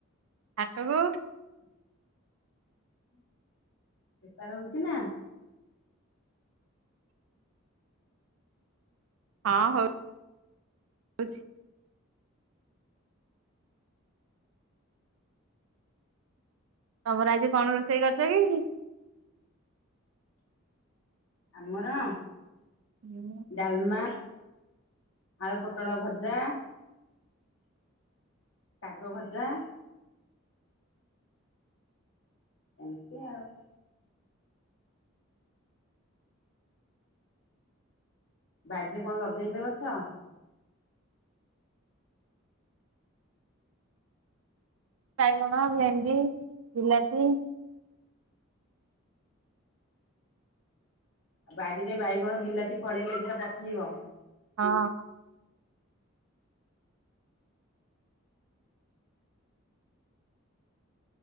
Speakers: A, on the right (about 75°); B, on the left (about 65°).
A: ହାଟକୁ।
B: ବେପାର ହଉଛି ନା।
A: ହଁ ହଉ ହଉଚି। ତମର ଆଜି କଣ ରୋଷେଇ କରିଛ କି?
B: ଆମର
A: ହୁଁ
B: ଡ଼ାଲମା। ଆଳୁ ପୋଟଳ ଭଜା। ଶାଗ ଭଜା। ଏମିତି ଆଉ। ବାଡ଼ିରେ କଣ ଲଗେଇଚ ଗଛ?
A: ବାଇଗଣ, ଭେଣ୍ଡି, ବିଲାତି
B: ଆଉ ବାଡିରେ ବାଇଗଣ ବିଲାତି ଫଳିଲେ ଦିଟା ପଠେଇବ।
A: ହଁ।